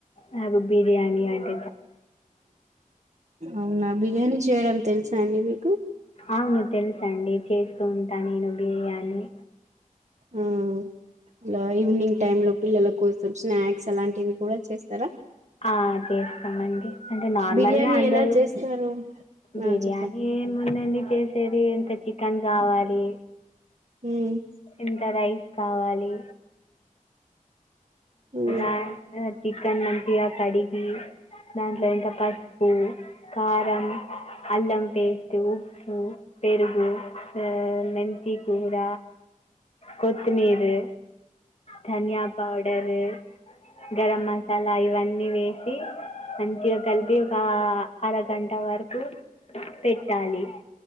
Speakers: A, on the left (about 50°); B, on the right (about 55°).
A: నాకు బిర్యానీ అంట
B: అవునా బిర్యానీ చేయడం తెలుసా అండి మీకు
A: అవును తెలుసు అండి చేస్తూ ఉంటా నేను బిర్యానీ
B: ఆ ఇలా ఈవినింగ్ టైమ్ లో పిల్లల కోసం స్నాక్స్ అలాంటివి కూడా చేస్తారా
A: ఆ చేస్తామండి అంటే నార్మల్గా
B: బిర్యానీ
A: అందరు
B: ఎలా చేస్తారు
A: బిర్యానీ
B: ఆ చెప్పండి
A: ఏముందండి చేసేది ఇంత చికెన్ కావాలి
B: ఉమ్
A: ఎంత రైస్ కావాలి
B: ఉమ్
A: ఆ చికెన్ మంచిగ కడిగి దాంట్లో ఇకా పసుపు కారం అల్లం పేస్ట్ ఉప్పు పెరుగు మెంత కూడ కొత్తిమీరు ధనియా పౌడరు గరం మసాలా ఇవన్ వేసి మంచిగా కలిపి ఒక అరగంట వరకు పెట్టాలి